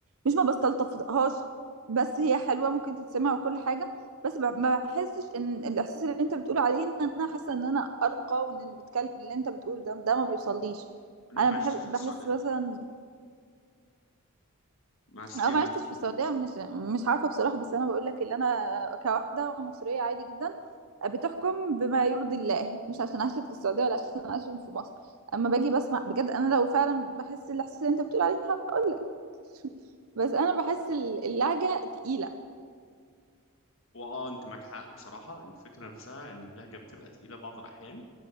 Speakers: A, on the right; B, on the left.
A: مش ما بستلطفهاش بس هي حلوه ممكن تتسمع وكل حاجه بس ب... ما بحسش ان الاحساس اللي انت بتقول عليه ان انا حاسه ان انا ارقى وان اللي بتكلم اللي انت بتقوله ده ده ما بيوصليش
B: انك
A: انا
B: ما
A: بحب
B: عشتيش
A: بحس
B: في السعوديه
A: مثلا
B: مع ستيمة
A: انا ما عشتش في السعوديه مش مش عارفه بصراحه بس انا بقول لك اللي انا كواحده مصريه عادي جدا بتحكم بما يرضي الله مش عشان عشت في السعودية ولا عشان عشت في مصر اما باجي بسمع بجد انا لو فعلا بحس الاحساس اللي انت بتقول عليه ده، <laughs> بس انا بحس ال- اللهجة تقيلة
B: واه انت معك حق بصراحه إن الفكره نفسها ان اللهجه بتبقى تقيله بعض الاحيان